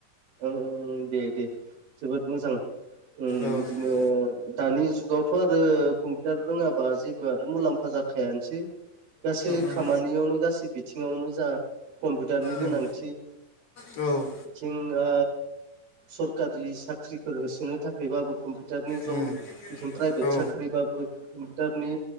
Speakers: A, on the right (about 75°); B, on the left (about 45°).
A: ओं ओं दे दे जोबोद मोजां उम
B: औ ओ
A: बिदिनो दानि जुगावथ' आरो कम्पिटार रोङाबा जेबोआनो मुलाम्फा जाखायानोसै गासै
B: उम
A: खामानियावनो गासै बिथिङावनो जा कम्पिटारनि
B: उम
A: गोनांथि।
B: औ
A: थिं ओ सरकारनि साख्रिफोर होसोनो थाखायबाबो कम्पि टारनि जब
B: उम
A: <unintelligible> प्राइभेट
B: औ
A: साख्रिबाबो कम्पिउशटारनि